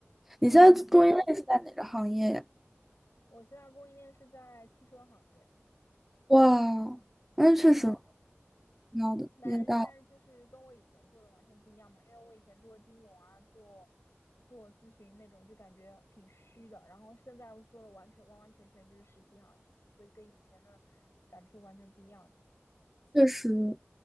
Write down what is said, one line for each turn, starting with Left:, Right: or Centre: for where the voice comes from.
Centre: 你现在做链是在哪个行业呀？
Left: 嗯，我现在供应链是在汽车行业，
Centre: 哇，那确实
Left: 嗯，然后
Centre: 挺好的，
Left: 但是但是就是跟我以前做的完全不一样嘛，
Centre: 也大
Left: 因为我以前做金融啊，做做咨询那种，就感觉挺虚的。然后现在我做的完全完完全全就是实体行业，就所以跟以前的感触完全不一样。
Centre: 确实。